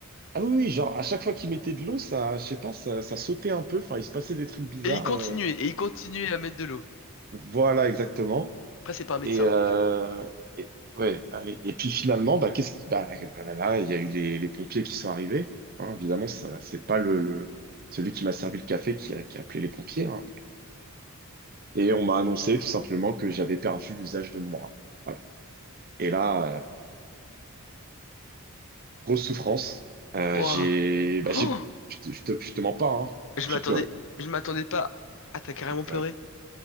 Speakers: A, on the right; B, on the left.
A: Ah oui, oui, genre à chaque fois qu'il mettait de l'eau, ça, je sais pas, ça, ça sautait un peu. Enfin, il se passait des trucs bizarres.
B: Et il continuait,
A: euh.
B: et il continuait à mettre de l'eau.
A: Voilà, exactement.
B: Après c'est pas un médecin
A: Et, euh,
B: donc. euh,
A: et- ouais. Ah, Et, et puis finalement, bah qu'est-ce qui, bah ah là, là, il y a eu les, les pompiers qui sont arrivés. Hein, évidemment, ça, c'est pas le, le- celui qui m'a servi le café qui a, qui a appelé les pompiers. hein. Et on m'a annoncé tout simplement que j'avais perdu l'usage de mon bras. Voilà. Et là, euh, grosse souffrance. Euh,
B: Ouah.
A: j'ai, bah, j'ai,
B: Oh
A: je te, je te, je te mens pas, hein.
B: je
A: J'ai
B: m'attendais,
A: pleuré.
B: je m'attendais pas. Ah, t'as carrément
A: J'ai pleuré.
B: pleuré?